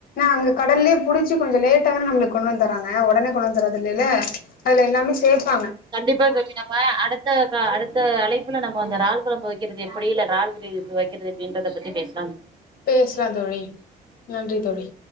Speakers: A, on the left (about 60°); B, on the right (about 25°).
A: அங்கே கடல்லேயே புடிச்ச கொஞ்ச லேட் டாதான நம்மளுக்கு கொண்டு வந்து தராங்க உடனே கொண்டு வந்து தரது இல்லைல அதுல எல்லாமே சேப்பாங்க
B: கண்டிப்பா தோழி நம்ம அடுத் த க அடுத்த அழைப்புல நம்ம அந்த இறால் குழம்பு வைக்கிறது எப்டி இல்ல இறால் கிரேவி எப்டி வைக்கிறது எப்டின்றத பத்தி பேச
A: பேசலா தோழி நன்றி தோழி